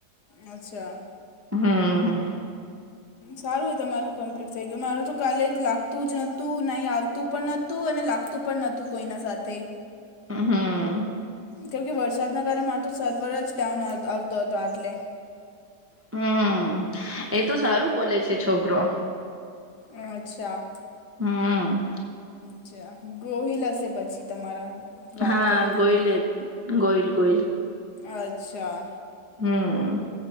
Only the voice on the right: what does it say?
હમ્મ
હમ્મ
હમ
એ તો સારું બોલે છે, છોકરો
હમ્મ
હા
ગોયલ
ગોયલ ગોઈલ
હમ્મ